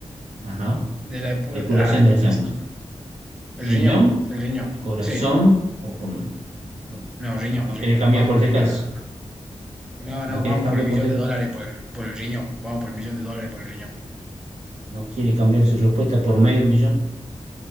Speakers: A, on the right; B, in the centre.
A: Ajá.
B: de la depura...
A: Depuración
B: Ay,
A: de
B: me
A: la
B: está
A: sangre.
B: haciendo... El
A: Riñón,
B: riñón, el riñón,
A: corazón
B: sí.
A: o pulmón. Bueno,
B: No, riñón,
A: no
B: riñón.
A: querés cambiar
B: Vamos
A: por
B: con
A: ese
B: el riñón.
A: caso.
B: ahora. No,
A: No
B: no,
A: querés
B: vamos
A: cambiar
B: por el millón
A: por ese
B: de
A: caso.
B: dólares por el, por el riñón. Vamos por el millón de dólares por el riñón.
A: No quiere cambiar su respuesta por medio millón.